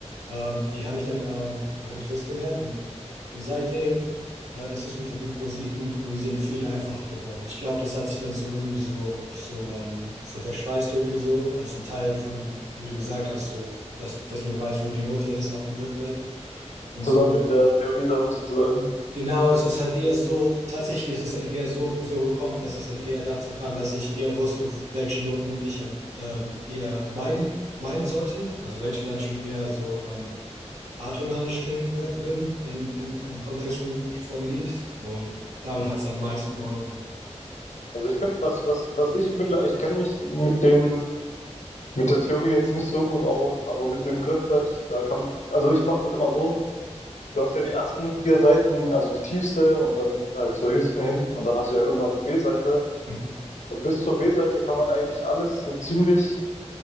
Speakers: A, on the right; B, on the left.
A: ähm, die habe ich dann, ähm, da habe ich das gelernt und, und seitdem äh, ist es mit dem Improsi Improvisieren viel einfacher geworden. Ich glaube, das hat sich dann so irgendwie so, so, ähm, so verschweißt irgendwie so, halt so Teil von, wie du gesagt hast, so, dass, dass man weiß, wo die Note ist auf dem Griffbrett und
B: Zusammen
A: so.
B: mit der Theorie dann sozusagen.
A: Genau, es ist halt eher so, tatsächlich ist es dann eher so, so gekommen, dass es dann eher dazu kam, dass ich eher wusste, welche Noten ich ähm, eher meiden, meiden sollte. Also welche dann schon eher so ähm, atonalisch klingen wür- würden in, im, im Kontext vom, vom Lied. Und damit hat es am meisten geholfen.
B: Also ich finde, was, was, was ich mittlerweile, ich kenne mich mit den Mit der Theorie jetzt nicht so gut aus, aber mit dem Griffbrett, da kann, also ich mache das immer so. Du hast ja die ersten vier Seiten, also die tiefste und dann halt zur höchsten hin und dann hast du ja irgendwann die B-Seite.
A: <laughs>
B: Und bis zur B-Seite kann man eigentlich alles so ziemlich,